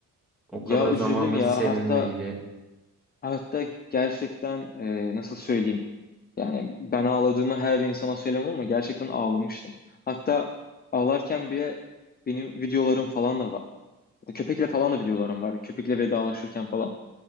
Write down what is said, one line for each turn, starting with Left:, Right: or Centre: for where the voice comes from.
Centre: O
Left: Ya
Centre: kadar
Left: üzüldüm
Centre: zamanlar
Left: ya
Centre: seninleydi.
Left: hatta hatta gerçekten e, nasıl söyleyeyim. Yani ben ağladığımı her insana söylemem ama gerçekten ağlamıştım. Hatta ağlarken bile benim videolarım falan da var. Köpekle falan da videolarım var. Köpekle vedalaşırken falan.